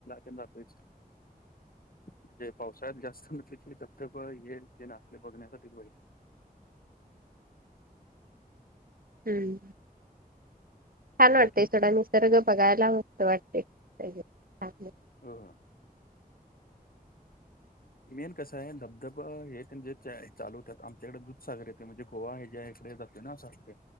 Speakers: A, on the left (about 70°); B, on the right (about 65°).
A: <unintelligible> जातोयच. म्हणजे पावसाळ्यात जास्त म्हटल तर धबधब हे न ते बघण्यासाठी. <unintelligible>
B: हम्म! छान वाटतय
A: बाकी
B: सोडा, निसर्ग बघायला मस्त वाटतय, छान.
A: हम्म. मेन कसं आहे, धबधबा हे त्यांचे चालू होतात, आमच्याकडे दूधसागर येते, म्हणजे गोवा हे ज्या इकडे